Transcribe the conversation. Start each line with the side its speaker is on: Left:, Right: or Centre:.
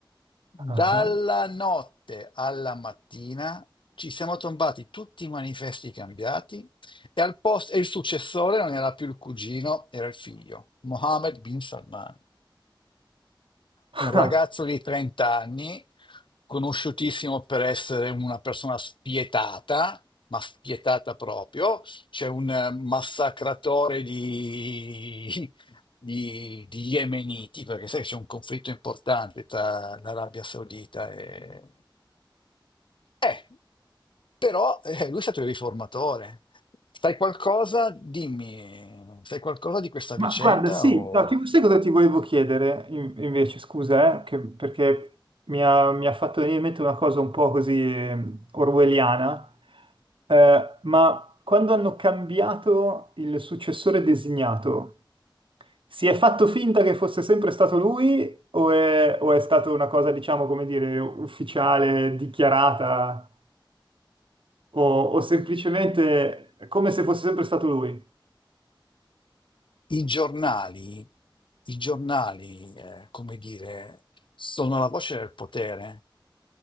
Left: Dalla
Right: Ah, ah.
Left: notte alla mattina ci siamo trovati tutti i manifesti cambiati e, al posto, e il successore non era più il cugino, era il figlio, Mohammed bin Salman.
Right: <laughs>
Left: Un ragazzo di 30 anni, conosciutissimo per essere una persona spietata, ma spietata proprio, c'è un eh, massacratore di, di, di yemeniti, perché sai che c'è un conflitto importante tra l'Arabia Saudita e... Eh, però eh, lui è stato il riformatore. Sai qualcosa? Dimmi, sai qualcosa di questa vicenda
Right: Ma guarda, sì,
Left: o...
Right: no, ti, sai cosa ti volevo chiedere in- invece, scusa, eh, che- perché mi ha, mi ha fatto venire in mente una cosa un po' così eh, orwelliana, eh, ma quando hanno cambiato il successore designato, si è fatto finta che fosse sempre stato lui o è, o è stata una cosa, diciamo, come dire, ufficiale, dichiarata o, o semplicemente come se fosse sempre stato lui?
Left: I giornali, i giornali, eh, come dire, sono la voce del potere